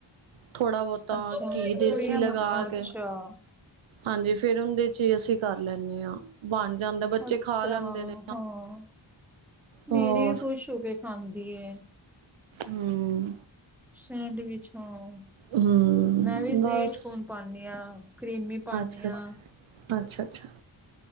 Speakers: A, on the right (about 80°); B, in the centre.
A: ਥੋੜਾ ਬਹੁਤਾ
B: ਅੱਛਾ
A: ਘੀ ਦੇਸੀ
B: ਗੁੜੀਆਂ
A: ਲਗਾ
B: ਮ ਅੱਛਾ
A: ਕੇ ਹਾਂਜੀ ਫਿਰ ਉਹਦੇ ਚ ਹੀ ਅਸੀਂ ਕਰ ਲੈਂਦੇ ਹਾਂ ਬਣ ਜਾਂਦਾ ਬੱਚੇ
B: ਅੱਛਾ
A: ਖਾ ਲੈਂਦੇ ਨੇ
B: ਹਾਂ ਮੇਰੀ
A: ਹੋਰ
B: ਵੀ ਖੁਸ਼ ਹੋ ਕੇ ਖਾਂਦੀ ਹੈ
A: ਹੂ
B: ਸੈਂਡਵਿਚ ਹਾਂ
A: ਹਮ
B: ਮੈਂ ਵੀ ਸਵੀਟ
A: ਬਸ
B: ਕੋਰਨ ਪਾਦੀ ਹਾਂ। ਕਰੀਮੀ ਪਾਨੀ
A: ਅੱਛਾ
B: ਆ
A: ਅੱਛਾ ਅੱਛਾ ਅੱਛਾ